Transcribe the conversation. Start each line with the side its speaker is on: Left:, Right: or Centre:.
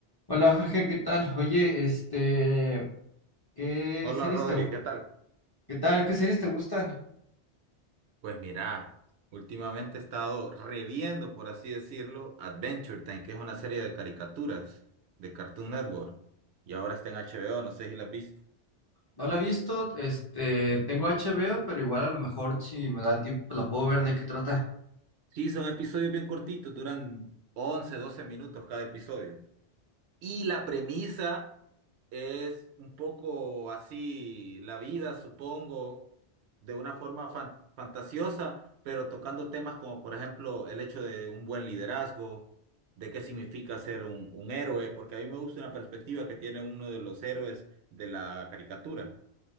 Left: Hola Jorge, ¿qué tal? Oye, este, ¿qué
Right: Hola
Left: series
Right: Rodri,
Left: te,
Right: ¿qué tal?
Left: qué tal? ¿Qué series te gustan?
Right: Pues mira, últimamente he estado reviendo, por así decirlo, Adventure Time, que es una serie de caricaturas de Cartoon Network. Y ahora está en HBO, no sé si la has visto.
Left: No la he visto, este, tengo HBO, pero igual a lo mejor si me da el tiempo pues la puedo ver de qué trata.
Right: Sí, son episodios bien cortitos, duran 11, 12 minutos cada episodio. Y la premisa Es un poco así la vida, supongo, de una forma fan- fantasiosa, pero tocando temas como, por ejemplo, el hecho de un buen liderazgo, de qué significa ser un, un héroe, porque a mí me gusta una perspectiva que tiene uno de los héroes de la caricatura